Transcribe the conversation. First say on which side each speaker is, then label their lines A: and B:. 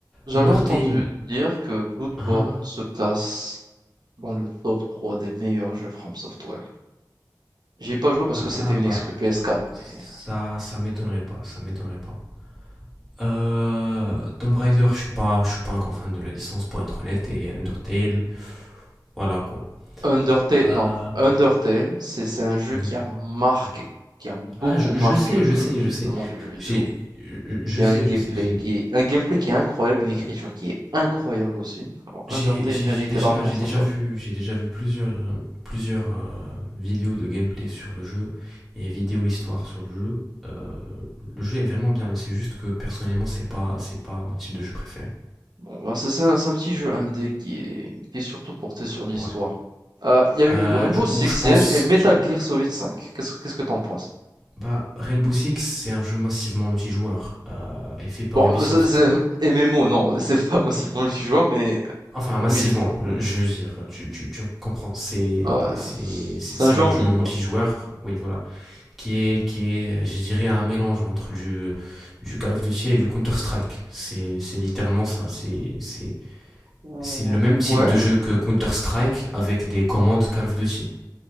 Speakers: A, on the right; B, in the centre.
A: J'avais
B: Undertale,
A: entendu dire que Bloodborne
B: hein? hein.
A: se classe dans le top 3 des meilleurs jeux From Software. J'y ai pas joué parce
B: Ah
A: que c'était
B: ah,
A: une
B: bah,
A: exclu PS4,
B: ça,
A: mais
B: ça m'étonnerait pas, ça m'étonnerait pas. Euh, Tomb Raider, je suis pas, je suis pas un grand fan de la licence pour être honnête, et Undertale, voilà quoi.
A: Undertale,
B: Euh,
A: non, Undertale, c'est c'est un jeu
B: mhm.
A: qui a marqué, qui a beaucoup
B: Ah, je,
A: marqué
B: je sais,
A: le,
B: je sais, je sais.
A: le monde du jeu vidéo.
B: J'ai, je, je
A: Qui
B: sais,
A: a un gameplay
B: je sais, j'ai
A: qui est, un gameplay qui est incroyable, une écriture qui est incroyable aussi. Alors,
B: J'ai
A: Undertale
B: j'ai-
A: méritait
B: j'ai déjà,
A: largement
B: j'ai
A: sa
B: déjà
A: place.
B: vu, j'ai déjà vu plusieurs, euh, plusieurs euh, vidéos de gameplay sur le jeu et vidéos histoire sur le jeu. Euh, le jeu est vraiment bien, mais c'est juste que personnellement, c'est pas, c'est pas mon type de jeu préféré.
A: Bon, bah, c'est c'est un, c'est un petit jeu indé qui est, qui est surtout porté sur l'histoire.
B: Ouais.
A: Euh, Il y a eu
B: Euh,
A: Rainbow
B: du coup,
A: Six
B: je
A: Siege
B: pense,
A: et Metal Gear Solid 5. Qu'est-ce, qu'est-ce que t'en penses?
B: bah, Rainbow Six, c'est un jeu massivement multijoueur euh, et fait par
A: Bon,
B: Ubisoft.
A: euh, c'est, c'est <laughs> MMO, non, c'est pas massivement multijoueur, mais
B: Enfin, massivement,
A: oui,
B: euh, je veux dire, tu, tu, tu comprends, c'est,
A: ouais,
B: c'est,
A: c'est
B: c'est c'est
A: un jeu
B: un
A: en
B: jeu
A: ligne,
B: multijoueur,
A: quoi.
B: oui, voilà, qui est, qui est, je dirais, un mélange entre du, du Call of Duty et du Counter-Strike. C'est, c'est littéralement ça, c'est, c'est,
A: Ou-
B: c'est le même type
A: Ouais,
B: de jeu que Counter-Strike avec des commandes Call of Duty.